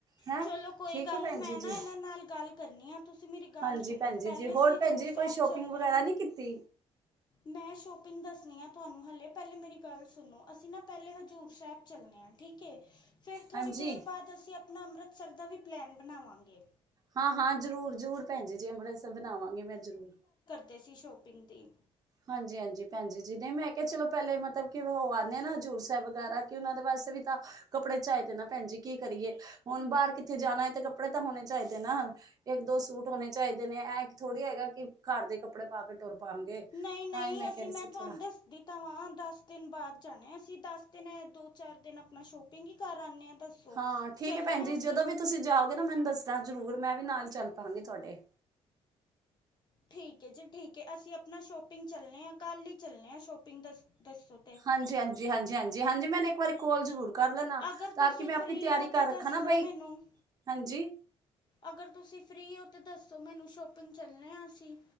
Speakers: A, on the right (about 35°); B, on the left (about 40°).
A: ਹੈਂ
B: ਚਲੋ ਕੋਈ
A: ਠੀਕ
B: ਗੱਲ
A: ਹੈ ਭੈਣ
B: ਨੀ, ਮੈਂ
A: ਜੀ ਜੀ
B: ਨਾ ਇਹਨਾਂ ਨਾਲ ਗੱਲ ਕਰਨੀ ਆ, ਤੁਸੀਂ ਮੇਰੀ ਗੱਲ
A: ਹਾਂਜੀ
B: ਸੁਣੋ,
A: ਭੈਣ ਜੀ
B: ਪਹਿਲੇ
A: ਜੀ
B: ਅਸੀ
A: ਹੋਰ
B: ਹਜ਼ੂਰ
A: ਭੈਣ ਜੀ
B: ਸਾਹਿਬ,
A: ਕੋਈ ਸ਼ੋਪਿੰਗ
B: ਚੱਲਣੇ
A: ਵਗੈਰਾ
B: ਆਂ
A: ਨਹੀਂ ਕੀਤੀ,
B: ਮੈਂ ਸ਼ੋਪਿੰਗ ਦੱਸਨੀ ਆ ਤਾਨੂੰ ਹਾਲੇੇ, ਪਹਿਲੇ ਮੇਰੀ ਗੱਲ ਸੁਣੋ, ਅਸੀਂ ਨਾ ਪਹਿਲੇ ਹਜ਼ੂਰ ਸੈਬ ਚੱਲਨੇ ਆ ਠੀਕ ਏ, ਫੇਰ ਦੇਰ ਥੋੜੀ
A: ਹਾਂਜੀ
B: ਦੇਰ ਬਾਅਦ ਅਸੀਂ ਅਪਨਾ, ਅੰਮ੍ਰਿਤਸਰ ਦਾ ਵੀ ਪਲੈਨ ਬਨਾਵਾਂਗੇ।
A: ਹਾਂ-ਹਾਂ ਜ਼ਰੂਰ-ਜ਼ਰੂਰ ਭੈਣ ਜੀ- ਜੀ ਅੰਮ੍ਰਿਤਸਰ ਬਨਾਵਾਂਗੇ ਮੈਂ ਜ਼ਰੂਰ
B: ਤੇ ਅਸੀਂ ਸ਼ੋਪਿੰਗ ਦੀ
A: ਹਾਂਜੀ- ਹਾਂਜੀ ਭੈਜੀ ਜੀ-ਜੀ ਨਈ ਮੈਂ ਕਿਆ ਚਲੋ ਪਹਿਲੇ ਮਤਲਬ ਕਿ, ਹੋ ਆਨੇ ਆ ਨਾ ਹਜ਼ੂਰ ਸਾਹਿਬ ਵਗੈਰਾ ਕਿ, ਓਨਾਂ ਦੇ ਵਸਤੇ ਵੀ ਤਾਂ ਕੱਪੜੇ ਚਾਈਦੇ ਨਾ ਭੈਜੀ ਕੀ ਕਰੀਏ, ਹੁਣ ਬਾਰ ਕਿੱਥੇ ਜਾਣੈ ਤੇ ਕੱਪੜੇ ਤਾਂ ਹੋਣੇ ਚਾਈਦੇ ਨਾ। ਇੱਕ ਦੋ ਸੂਟ ਹੋਨੇ ਚਾਈਦੇ ਨੇ, ਐ ਕਿ ਥੋੜੀ ਹੈਗਾ ਕਿ ਘਰ ਦੇ ਕੱਪੜੇ ਪਾ ਕੇ ਟੁਰ ਪਾਂਗੇ।
B: ਨਈ-ਨਈ
A: ਤਾਂ ਹੀ
B: ਅਸੀਂ
A: ਕਹਿ ਰਹੀ
B: ਮੈਂ
A: ਸੀ
B: ਤੁਆਨੂ
A: ਥੋੜਾ
B: ਦੱਸਦੀ ਤਾਂ, ਦਸ ਦਿਨ ਬਾਦ ਜਾਨੈ ਅਸੀਂ, ਦਸ ਦਿਨ ਐ ਦੋ ਚਾਰ ਦਿਨ ਅਪਨਾ ਸ਼ੋਪ ਸ਼ੋਪਿੰਗ ਈ ਕਰ ਆਨੇ ਆ ਦੱਸੌ,
A: ਹਾਂ ਠੀਕ
B: ਚੱਲਨੇ
A: ਹੈ ਭੈਣ
B: ਆ
A: ਜੀ
B: ਅਸੀਂ
A: ਜਦੋਂ ਵੀ ਤੁਸੀਂ ਜਾਓਗੇ ਨਾ ਮੈਨ ਦੱਸਨਾ ਜ਼ਰੂਰ, ਮੈਂ ਵੀ ਨਾਲ ਚੱਲ ਪਾਂਗੀ ਤੁਆਡੇ
B: ਠੀਕ ਏ ਜੀ, ਠੀਕ ਏ, ਅਸੀਂ ਅਪਨਾ ਸ਼ੋਪਿੰਗ ਚੱਲਨੇ ਆ ਕੱਲ ਈ ਚੱਲਨੇ ਆ ਸ਼ੋਪਿੰਗ ਦਸ-ਦਸੋ
A: ਹਾਂਜੀ-ਹਾਂਜੀ-ਹਾਂਜੀ-ਹਾਂਜੀ, ਹਾਂਜੀ ਮੈਨ ਇੱਕ ਵਾਰੀ ਕੋਲ ਜ਼ਰੂਰ ਕਰ ਲੈਨਾ
B: ਅਗਰ
A: ਤਾਂ
B: ਤੁਸੀਂ
A: ਕਿ ਮੈਂ
B: ਫ੍ਰੀ
A: ਅਪਨੀ ਤਿਆਰੀ
B: ਹੋ
A: ਕਰ
B: ਤਾਂ
A: ਰੱਖਾਂ
B: ਦੱਸੋ
A: ਨਾ ਬਈ,
B: ਮੈਨੂੰ
A: ਹਾਂਜੀ
B: ਅਗਰ ਤੁਸੀਂ ਫ੍ਰਰੀ ਔ ਤੇ ਦੱਸੋ ਮੈਨੂੰ, ਸ਼ੋਪਿੰਗ ਚੱਲਨੇ ਆਂ ਅਸੀ